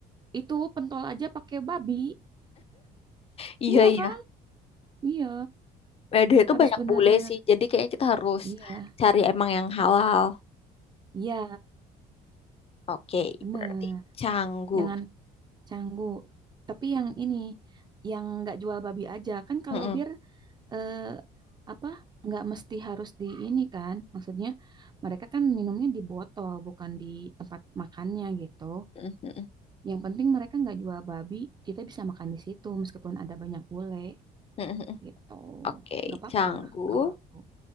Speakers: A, on the right; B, on the left.
A: itu pentol aja pakai babi.
B: Iya,
A: Iya
B: iya.
A: kan? Iya,
B: Eh, Dia itu
A: harus
B: banyak
A: benar-benar.
B: bule sih. Jadi kayaknya kita harus
A: Iya,
B: cari emang yang halal.
A: iya,
B: Oke,
A: benar.
B: berarti Canggu.
A: Jangan Canggu. Tapi yang ini, yang nggak jual babi aja kan kalau
B: Mm-mm,
A: bir eh, apa nggak mesti harus di ini kan? Maksudnya mereka kan minumnya di botol bukan di tempat makannya gitu.
B: mm-mm,
A: Yang penting mereka nggak jual babi, kita bisa makan di situ meskipun ada banyak bule
B: mm-mm.
A: gitu.
B: Oke,
A: Nggak apa-apa
B: Canggu.
A: kalau aku